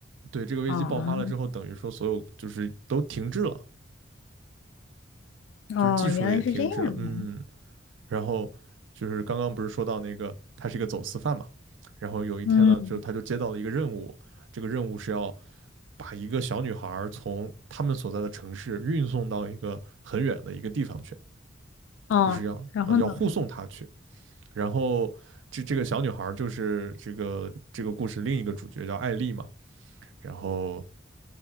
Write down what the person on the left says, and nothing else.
哦
哦原来是这样的，
嗯
哦，
然后呢，